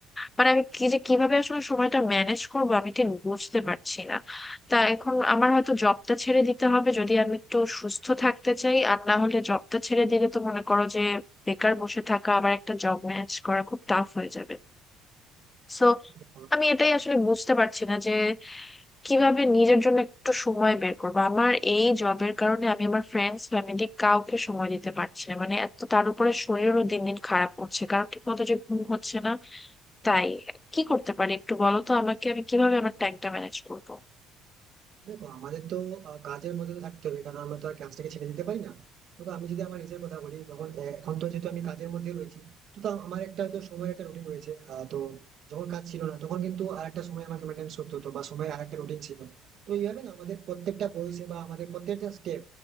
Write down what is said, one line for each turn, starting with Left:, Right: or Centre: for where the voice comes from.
Left: মানে আমি কি যে কিভাবে আসলে সময়টা ম্যানেজ করবো আমি ঠিক বুঝতে পারছি না তা এখন আমার হয়তো জবটা ছেড়ে দিতে হবে যদি আমি একটু সুস্থ থাকতে চাই আর না হলে জবটা ছেড়ে দিলে তো মনে করো যে বেকার বসে থাকা আবার একটা জব ম্যানেজ করা খুব টাফ হয়ে যাবে সো
Right: দেখো
Left: আমি এটাই আসলে বুঝতে পারছি না যে কিভাবে নিজের জন্য একটু সময় বের করবো আমার এই জবের কারণে আমি আমার ফ্রেন্ডস ফ্যামিলি কাউকে সময় দিতে পারছি না মানে এত তার উপরে শরীরও দিন দিন খারাপ হচ্ছে কারণ ঠিক মতো যে ঘুম হচ্ছে না তাই কি করতে পারি একটু বলো তো আমাকে আমি কিভাবে আমার টাইমটা ম্যানেজ করবো
Right: দেখো আমাদের তো আহ, কাজের মধ্যে তো থাকতে হবে কারণ আমরা তো আর কাজটাকে ছেড়ে দিতে পারি না তবে আমি যদি আমার নিজের কথা বলি তখন আহ, এখন তো যেহেতু আমি কাজের মধ্যে রয়েছি তো তা আমার একটা হয়তো সময়ের একটা রুটিন রয়েছে আহ, তো যখন কাজ ছিল না তখন কিন্তু আর একটা সময় আমাকে মেনটেন করতে হতো বা সময়ের আর একটা রুটিন ছিল তো এইভাবে না আমাদের প্রত্যেকটা বয়সে বা আমাদের প্রত্যেকটা স্টেপ